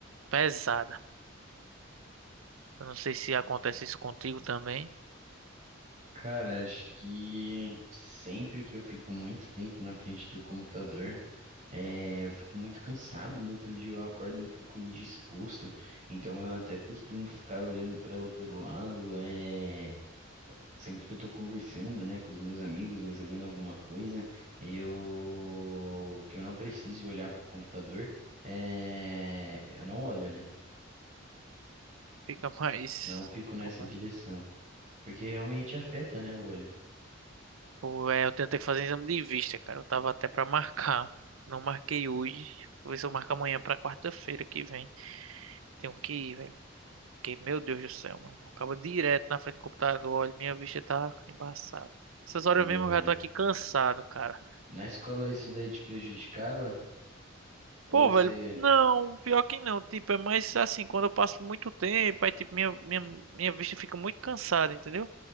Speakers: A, on the right; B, on the right.
A: pesada. Eu não sei se acontece isso contigo também.
B: Cara, acho que sempre que eu fico muito tempo na frente do computador, é, eu fico muito cansado. No outro dia eu acordo um pouco indisposto, então eu até costumo ficar olhando para outro lado, é, Sempre que eu tô conversando, né, com os meus amigos ou jogando alguma coisa, eu que eu não precise olhar pro computador, é, eu não olho, né?
A: Fica <laughs> mais.
B: Não fico nessa
A: Como
B: direção,
A: é?
B: porque realmente afeta, né, o olho.
A: Pô, é, eu tentei fazer exame de vista, cara. Eu tava até pra marcar. Não marquei hoje. Vou ver se eu marco amanhã pra quarta-feira que vem. Tenho que ir, velho. Porque, meu Deus do céu, mano. Acaba direto na frente do computador. Olha, minha vista tá embaçada. Essas
B: Não
A: horas mesmo eu
B: é.
A: já tô aqui cansado, cara.
B: Na escola isso daí te prejudicava? Ou
A: Pô,
B: você,
A: velho, não, pior que não, tipo, é mais assim, quando eu passo muito tempo, aí, tipo, minha, minha, minha vista fica muito cansada, entendeu?